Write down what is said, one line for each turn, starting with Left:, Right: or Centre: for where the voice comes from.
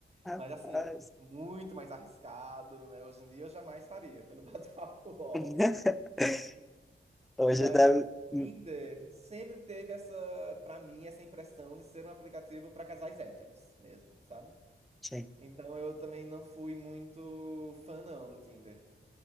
Centre: Rapaz.
Right: Mas assim, muito mais arriscado, né? Hoje em dia eu jamais faria pelo <laughs> Bate-Papo UOL.
Centre: <laughs> Hoje
Right: Mas
Centre: deve.
Right: o
Centre: Uhum.
Right: Tinder sempre teve essa, pra mim, essa impressão de ser um aplicativo pra casais héteros mesmo, sabe?
Centre: Sim.
Right: Então eu também não fui muito fã não do Tinder.